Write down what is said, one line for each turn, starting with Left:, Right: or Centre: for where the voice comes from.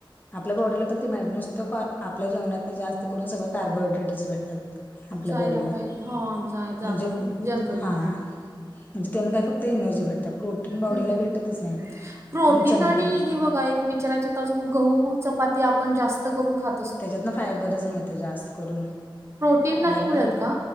Left: आपल्या बॉडीला पण ते नुसतं आपल्या जेवणातून जास्त करून सगळं कार्बोहायड्रेटस भेटतात आपल्या
Right: जायला
Left: बॉडीला
Right: पाहिजे हा जाय जातात
Left: म्हणजे
Right: जनरली
Left: हा म्हणजे त्यांना काय फक्त एनर्जी भेटत प्रोटीन बॉडीला
Right: हम्म
Left: भेटतच नाही
Right: प्रोटीन
Left: आपण चणे
Right: आणि हे बघा एक विचारायचं होत अजून गहू चपाती आपण जास्त करून खातो
Left: त्याच्यात ना फायबरच मिळतय जास्त करून
Right: प्रोटीन
Left: आपल्या
Right: नाही मिळत का